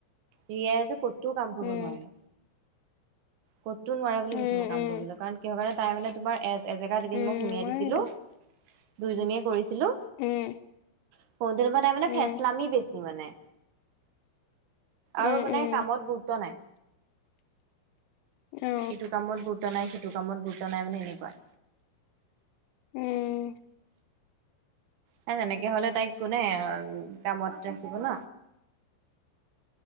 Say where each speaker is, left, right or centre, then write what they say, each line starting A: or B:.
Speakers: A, on the right; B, on the left.
A: ৰিয়াই যে ক'তো কাম কৰিব
B: উম
A: নোৱাৰে। ক'তো নোৱাৰে বুলি
B: উম
A: কৈছো মই কাম
B: উম
A: কৰিবলে কাৰণ কিহৰ কাৰণে, তাই মানে তোমাৰ এ এজেগাত এদিন
B: উম
A: মই সুমিয়াই দিছিলো।
B: এইটো
A: দুইজনীয়ে কৰিছিলো।
B: উম।
A: <unintelligible> তাই মানে
B: উম
A: ফেচলামি বেছি মানে। আৰু
B: উম
A: মানে
B: উম
A: কামত গুৰুত্ব নাই।
B: অ
A: ইটো কামত গুৰুত্ব নাই সিটো কামত গুৰুত্ব নাই মানে এনেকুৱা
B: উম
A: ন তেনেকে হলে তাইক কোনে কামত ৰাখিব ন